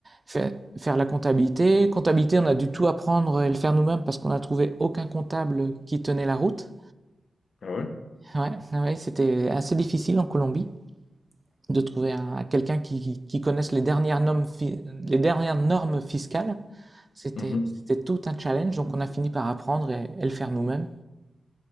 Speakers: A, on the right; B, on the left.
A: fa- faire la comptabilité. Comptabilité, on a dû tout apprendre et le faire nous-mêmes parce qu'on n'a trouvé aucun comptable qui tenait la route.
B: Ah ouais?
A: Ouais, ouais, c'était assez difficile en Colombie de trouver un- quelqu'un qui, qui- qui connaisse les dernières normes, fi- les dernières normes fiscales. C'était
B: Mhm.
A: c'était tout un challenge, donc on a fini par apprendre et, et le faire nous-mêmes.